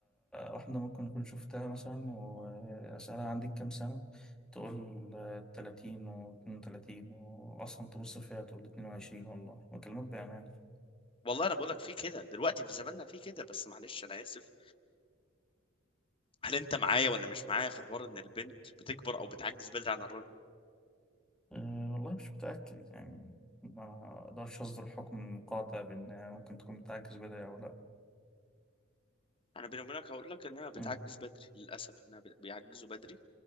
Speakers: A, in the centre; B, on the left.
A: واحدة ممكن أكون شفتها مثلا وأسألها عندك كام سنة تقول آه، تلاتين واتنين وتلاتين وأصلا تبص فيها تقول اتنين وعشرين والله بكلمك بأمانة
B: والله انا بقول لك في كده دلوقتي في زماننا في كده بس معلش انا اسف هل انت معايا ولا مش معايا في حوار ان البنت بتكبر او بتعجز بدري عن الرجل
A: أه والله مش متأكد يعني ما أقدرش أصدر حكم قاطع بأنها ممكن تكون بتعجز بدري أو لأ
B: انا بيني وبينك هقول لك انها بتعجز
A: ف...
B: بدري للاسف انها بت- بيعجزوا بدري